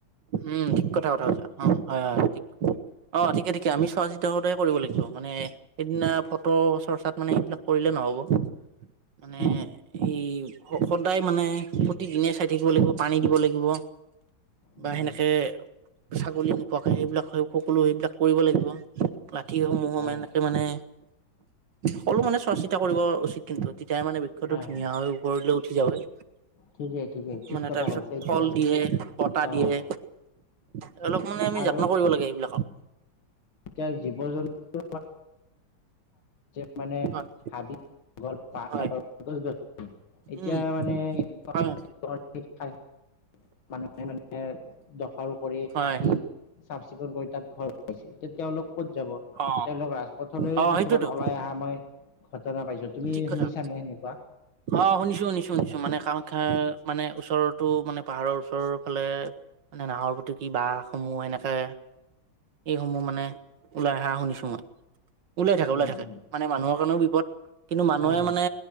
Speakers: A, on the right (about 65°); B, on the left (about 80°).
A: উম, ঠিক কথা - কথা কৈছা। অ' হয় - হয়, ঠিক কথা। অ' ঠিকে - ঠিকে, আমি চোৱাচিতাতে কৰিব লাগিব মানে সেইদিনা ফটো চৰ্চাত মানে এইবিলাক কৰিলে নহব। মানে
B: উম
A: দি সদায় মানে প্ৰতিদিনে চাই থাকিব লাগিব, পানী দিব লাগিব। বা
B: উম
A: সেনেকে ছাগলী নোপোৱাকে সেইবিলাক সকলো সেইবিলাক কৰিব লাগিব। লাঠিসমূহৰ
B: হয়
A: মেনকে মানে সকলো মানে চোৱা -চিতা কৰিব উচিত কিন্তু তেতিয়াহে মানে বৃক্ষটো
B: হয়
A: ধুনীয়া
B: হয়।
A: হৈ ওপৰলৈ উঠি যাবই।
B: ঠিকেই ঠিকেই ঠিক
A: মানে
B: কথা
A: তাৰপিছত
B: কৈছে এতিয়া
A: ফল দিয়ে, বতাহ
B: অ
A: দিয়ে। তেওঁলোকক মানে আমি
B: আৰু
A: যত্ন কৰিব লাগে এইবিলাকক।
B: এতিয়া জীৱ জন্তু <inaudible> মানে
A: হয়
B: হাবি <inaudible> পাৰ
A: হয়
B: গছ- গছ এতিয়া
A: উম
B: মানেকুৱ
A: হয়
B: <inaudible> <unintelligible> মানুহে মানে দখল কৰি কাটি
A: হয়
B: চাফ- চিকুণ কৰি তাত ঘৰ পাইছে এতিয়া তেওঁলোক ক'ত যাব
A: অ
B: তেওঁলোক ৰাজপথলৈও
A: অ
B: কিছুমান
A: সেইটোতো
B: ওলাই অহা মই ঘটনা পাইছো তুমি
A: ঠিক কথা।
B: শুনিছানে সেনেকুৱা
A: অ' শুনিছোঁ - শুনিছোঁ - শুনিছোঁ মানে কাৰ শিক্ষা মানে ওচৰতো মানে পাহাৰৰ ওচৰৰ ফালে মানে নাহৰফুটুকী বাঘসমূহ এনেকে এইসমূহ মানে ওলাই অহা শুনিছো মই, ওলাই থাকে ওলাই
B: উম
A: থাকে
B: উম
A: মানে মানুহৰ কাৰণেও বি পদ কিন্তু মানুহে
B: হয় হয়
A: মানে